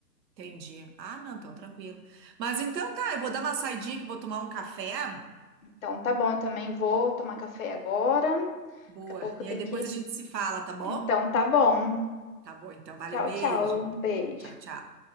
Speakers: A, on the right; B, on the left.
A: entendi. Ah, não, então tranquilo. Mas então tá, eu vou dar uma saidinha que eu vou tomar um café.
B: Então tá bom, eu também vou tomar café agora. Daqui
A: Boa.
B: a pouco
A: E
B: eu tenho
A: aí depois
B: que
A: a gente se fala, tá bom?
B: Então tá bom.
A: Tá bom, então. Valeu,
B: Tchau,
A: beijo.
B: tchau. Beijo.
A: Tchau, tchau.